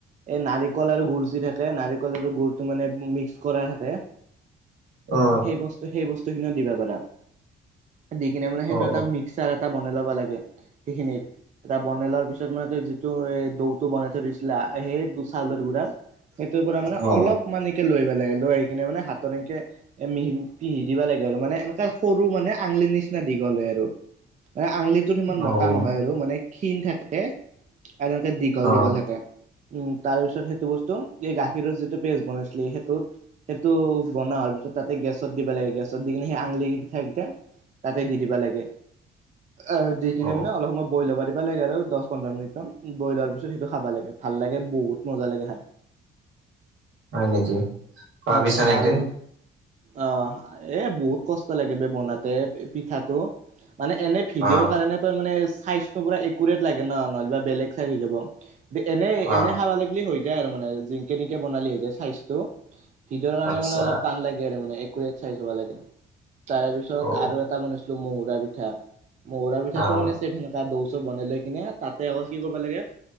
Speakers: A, on the right; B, on the right.
A: এই নাৰিকল আৰু গুৰ যি থাকে, নাৰিকল আৰু গুৰটো মানে মিক্স কৰা থাকে।
B: অ
A: সেই বস্তু সেই বস্তুখিনিও দিবা পাৰা। দি কিনে মানে সেইটো
B: অ
A: এটা মিক্সাৰ এটা - বনাই ল'বা লাগে। সেইখিনিৰ এটা বনাই লোৱাৰ পিছত মানে ত যিটো এই দৌতটো বনাই থৈ দিছিলা- সেই দু চাউলৰ গুড়াৰ সেইটোৰ পৰা মানে
B: অ
A: অলপ মানকে লৈব লাগে, লৈ কিনে মানে হাতত এনকে- এ মিহি পিহি দিবা লাগে আৰু মানে এনেকুৱা সৰু মানে আঙলিৰ নিচিনা দীঘল হয় আৰু। <unintelligible> আঙলিটোত সিমান মতা
B: অ
A: নহয়
B: অ
A: আৰু মানে ক্ষীণ থাকে। এনেকে দীঘল
B: অ
A: দীঘল থাকে, উম তাৰ পিছত সেইটো বস্তু এই গাখীৰৰ যিটো- পেষ্ট বনাইছিলে সেইটোত সেইটো বনা পিছত- তাতে গেছত দিবা লাগে। গেছত দি কিনে সেই আঙলি পিঠা কেইটা তাতে দি দিবা লাগে। অঁ দি কিনে
B: অ
A: মানে অলপ সময় বইল হব দিব- খাব লাগে আৰু দহ পোন্ধৰ মিনিট মান বইল হোৱাৰ পিছত সেইটো খাবা লাগে, ভাল লাগে বহুত মজা লাগে খাই।
B: হয় নেকি খোৱাবি
A: উম
B: চোন একদিন।
A: আৰু আহ এ বহুত কষ্ট লাগে বে বনাতে পিঠাটো। মানে এনে ভিডিঅৰ
B: অ
A: কাৰণে ত মানে চাইজটো একেবাৰে একুৰেট লাগে ন নহলে বা বেলেগ চাইজ হৈ যাব। এনে
B: অ
A: এনে খাব লাগলি হৈ যায় আৰু মানে যেনকে তেনকে বনালি হৈ যায় চাইজটো হৃদৰ কাৰণে
B: আচ্ছা
A: মানে অলপ টান লাগে আৰু মানে একো এক চাইজ হ'ব লাগে তাৰ পিছত
B: অ
A: আৰু এটা বনাইছিলো মহুৰা পিঠা মহুৰা পিঠাটো
B: অ
A: মানে চেম সেনকা দৌছ বনাই লৈ কিনে তাতে আকৌ কি কৰিব লাগে